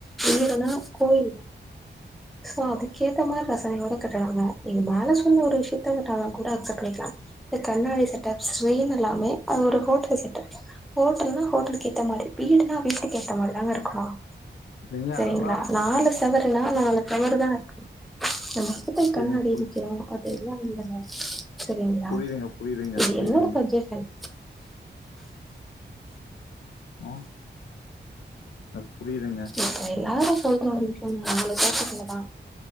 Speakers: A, in the centre; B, on the left.
A: விடுனா கோயில் சோ அதுக்கேத்த மாரி ரசனையோட கட்டனுங்க நீங்க மேல சொன்ன ஒரு விஷயத்த ட்டனா கூட அக்சப்ட் பண்ணிக்கலாம் இந்த கண்ணாடி தப் ஸ்ட்ரைன் எல்லாமே அது ஒரு ஹோட்டல் செட்டப் ஹோட்டல்ன்னா ஹோட்டலுக்கு ஏத்த மாரி வீடுனா வீட்டுக்கு ஏத்த மாரி தாங்க இருக்கணு
B: இல்லைங்க
A: செரிங்களா
B: அது நல்லா இருக்கும்.
A: நாலு ஸ் தொவறுனா நாலு தொவறு தா இருக்கனு நமக்கு எதுக்
B: சரிங்க
A: கண்ணாடி
B: புரி
A: க்கிறோ அத எல்லா இல்லங்க செரிங்களா
B: புரியுதுங்க, புரியுதுங்க,
A: இது
B: புரியுதுங்க.
A: என்னொட சஜெஷன்
B: ஆ அது புரியுதுங்க
A: இப்ப எல்லாரு சொல்ற ஒரு விஷயம்தா நம்மளுக்கு <unintelligible> தா